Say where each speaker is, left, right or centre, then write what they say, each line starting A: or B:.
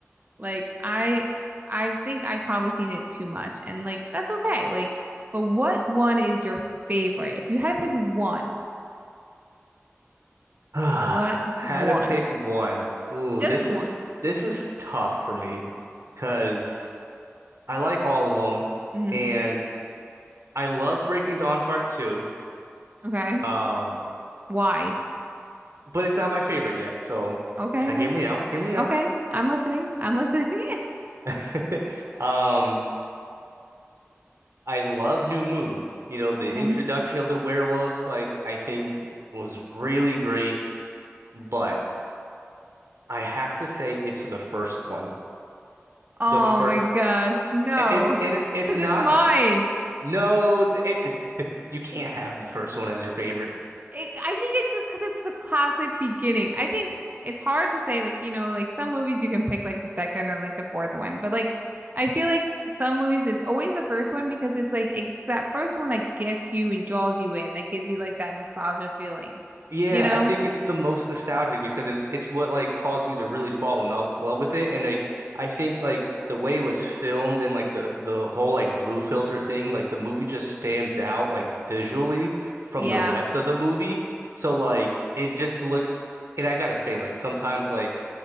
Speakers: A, on the right; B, on the right.
A: Like I I think I've probably seen it too much and like that's okay. Like but what one is your favorite? If you had to pick one,
B: <sighs> Had
A: what one?
B: to pick one. Ooh,
A: Just
B: this
A: one.
B: is this is tough for me because I like all of them
A: hmm
B: and I love Breaking Dawn Part 2.
A: Okay.
B: Um,
A: Why?
B: but it's not my favorite yet, so
A: Okay,
B: gotta
A: okay.
B: hear me out. Hear me out.
A: Okay. I'm listening. I'm listening. <laughs>
B: <laughs> Um, I love New Moon. You know, the
A: Okay.
B: introduction of the werewolves, like I think was really great, but I have to say it's the first one.
A: Oh
B: The first
A: my gosh, no,
B: it- It's
A: <laughs>
B: it is it's
A: because
B: not
A: it's mine.
B: j- no it's <laughs> you can't have the first one as your favorite.
A: It, I think it's just because it's the classic beginning. I think it's hard to say, like, you know, like some movies you can pick like the second or like the fourth one, but like I feel like some movies it's always the first one because it's like it's that first one that gets you and draws you in, that gives you like that nostalgia feeling,
B: Yeah,
A: you know?
B: I think it's the most nostalgic because it's it's what like caused me to really fall in love, love with it. And like I think like the way it was filmed and like the the whole like blue filter thing, like the movie just stands out like visually from
A: Yeah,
B: the rest of the movies. So like it just looks and I gotta say like sometimes like